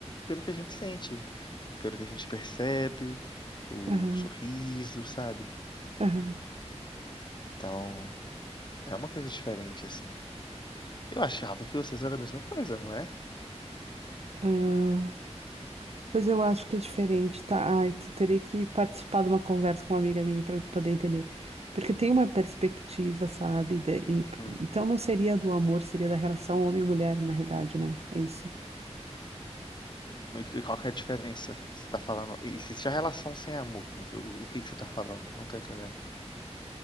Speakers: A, on the left; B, on the right.
A: pelo que a gente sente. pelo que a gente percebe, o
B: aham,
A: sorriso, sabe?
B: aham,
A: Então, é uma coisa diferente, assim. Eu achava que vocês eram a mesma coisa, não é?
B: aham. Pois eu acho que é diferente, tá? Ai, tu teria que participar de uma conversa com uma amiga minha para poder entender. Porque tem uma perspectiva, sabe? da- e-
A: Hum.
B: então não seria do amor, seria da relação homem-mulher, e mulher, na realidade, né? É isso.
A: E qual que é a diferença? Você tá falando. Existe a relação sem amor, mas o, o que que você tá falando? Não tô entendendo.